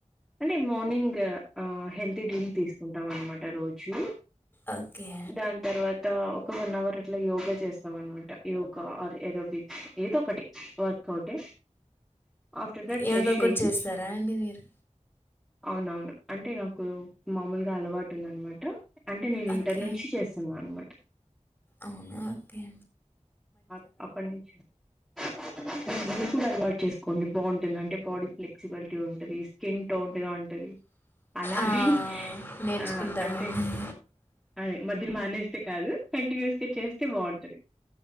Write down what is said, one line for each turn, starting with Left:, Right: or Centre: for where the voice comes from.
Centre: అంటే మార్నింగ్ ఆ హెల్తీ డ్రింక్ తీసుకుంటాం అనమాట రోజు
Left: ఓకే
Centre: దాని తర్వాత ఒక వన్ అవర్ అట్లా యోగా చేస్తాం అనమాట యోగా ఆర్ ఎరోబిక్స్ ఏద ఒకటి workout after that
Left: yoga
Centre: fresh
Left: కూడా
Centre: అయ్యి
Left: చేస్తారా అండి మీరు
Centre: అవునవును అంటే నాకు మామూలుగా అలవాటు ఉందనమాట అంటే నేను
Left: ఓకే
Centre: ఇంటర్ నుంచి చేస్తున్నా అన్నమాట
Left: అవునా అగే
Centre: అ అప్పటి నుంచి <inaudible> మీరు కూడా అలవాటు చేసుకోండి బాగుంటుంది అంటే బాడీ ఫ్లెక్సిబిలిటీ ఉంటుంది స్కిన్ టోన్ అలా ఉంటది అలానే
Left: ఆ, నేర్చుకుంటామండి
Centre: ఆ అంటే అదే మధ్యలో మానేస్తే కాదు కంటిన్యూస్ గా చేస్తే బాగుంటది